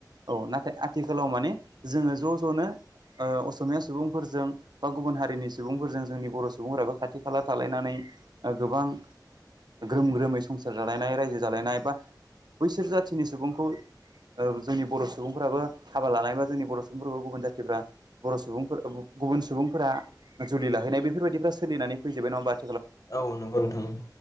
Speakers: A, on the right; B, on the left.
A: औ नाथाय आथिखालाव माने जोङो ज' ज'नो। ओ असमिया सुबुंफोरजों बा गुबुन हारिनि सुबुंफोरजों जोंनि बर' सुबुंफोराबो खाथि खाला थालायनानै। ओ गोबां ग्रोम ग्रोमै संसार जालायनाय रायजो जालायनाय बा। बैसोर जाथिनि सुबुंखौ। ओ जोंनि बर' सुबुंफ्राबो हाबा लानायबा जोंनि बर' सुबुंफोरखौ गुबुन जाथिफ्रा। बर' सुबुंफोर गु गुबुन सुबुंफोरा जुलि लाहैनाय बेफोरबायदिफ्रा सोलिनानै फैजोबोबाय नङा हबा।
B: औ नोंगौ नोंथां।